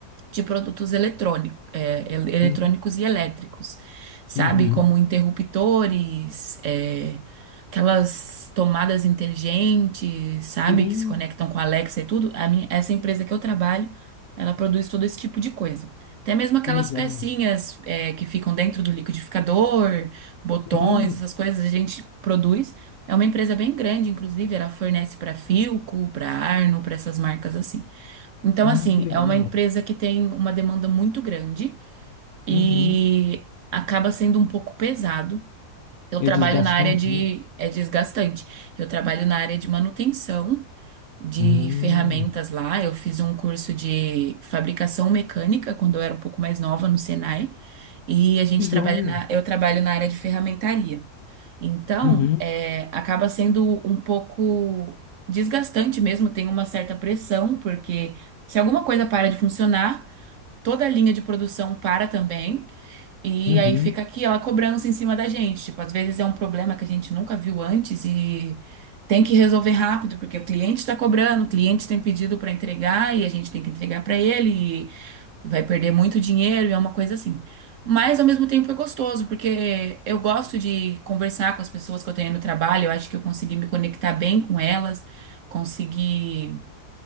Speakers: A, on the right (about 65°); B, on the left (about 70°).
A: de produtos eletrônico, é, el- eletrônicos
B: hum,
A: e elétricos, sabe?
B: uhum.
A: Como interruptores, é, aquelas tomadas inteligentes, sabe?
B: Sim,
A: Que se conectam com a Alexa e tudo. A minha, essa empresa que eu trabalho, ela produz todo esse tipo de coisa. Até mesmo aquelas
B: que legal.
A: pecinhas, é, que ficam dentro do liquidificador, botões,
B: Sim,
A: essas coisas, a gente produz. É uma empresa bem grande, inclusive, ela fornece para Philco, para Arno, para essas marcas assim. Então,
B: ah,
A: assim,
B: que legal.
A: é uma empresa que tem uma demanda muito grande e
B: Uhum.
A: acaba sendo um pouco pesado. Eu
B: É
A: trabalho
B: desgastante,
A: na área de...
B: né?
A: É desgastante. Eu trabalho na área de manutenção de
B: Hum,
A: ferramentas lá. Eu fiz um curso de fabricação mecânica quando eu era um pouco mais nova no Senai. E a gente
B: que joia.
A: trabalha na... Eu trabalho na área de ferramentaria. Então,
B: Uhum,
A: é, acaba sendo um pouco desgastante mesmo, tem uma certa pressão, porque se alguma coisa para de funcionar, toda a linha de produção para também, e
B: uhum,
A: aí fica aquela cobrança em cima da gente. Tipo, às vezes é um problema que a gente nunca viu antes e tem que resolver rápido, porque o cliente está cobrando, o cliente tem pedido para entregar e a gente tem que entregar para ele vai perder muito dinheiro e é uma coisa assim. Mas ao mesmo tempo é gostoso, porque eu gosto de conversar com as pessoas que eu tenho no trabalho, eu acho que eu consegui me conectar bem com elas, consegui